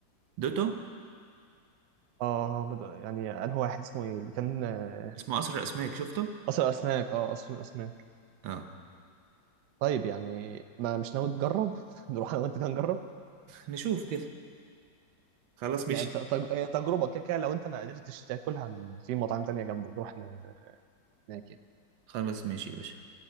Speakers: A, on the right; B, on the right.
A: دوتو
B: اه بدأ يعني انه واحد اسمه ايه اللي كان آه،
A: اسمه قصر الأسماك شفته؟
B: قصر الاسماك اه اصل الاسماك
A: اه
B: طيب يعني ما مش ناوي تجرب <laughs> نروح انا وانت كده نجرب
A: نشوف كده خلاص ماشي
B: يعني ت- تج... هي تجربه كده كده لو انت ما قدرتش تاكلها ن- في مطاعم تانية جنبه نروح ن- هناك يعني
A: خلاص ماشي يا باشا